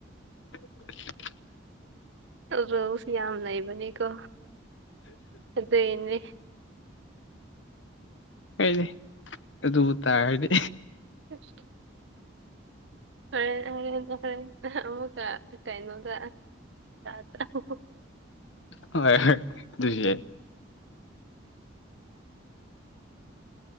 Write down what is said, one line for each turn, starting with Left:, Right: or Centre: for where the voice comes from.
Left: <inaudible>
Right: ꯔꯨꯜꯁ ꯌꯥꯝ ꯂꯩꯕꯅꯦꯀꯣ ꯑꯗꯨꯏꯅꯦ
Left: ꯀꯥꯏꯗꯦ ꯑꯗꯨ ꯇꯥꯔꯗꯤ
Right: <inaudible> ꯍꯔꯦꯟ ꯍꯔꯦꯟ ꯍꯔꯦꯟ ꯑꯃꯨꯛꯀ ꯀꯩꯅꯣꯗ <unintelligible>
Left: ꯍ ꯍꯣꯏ ꯑꯗꯨꯁ ꯌꯥꯏ